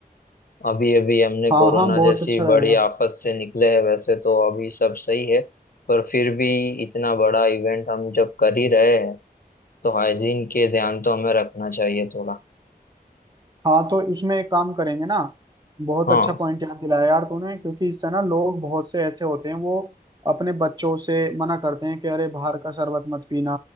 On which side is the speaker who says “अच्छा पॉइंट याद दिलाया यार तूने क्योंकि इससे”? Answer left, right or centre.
Right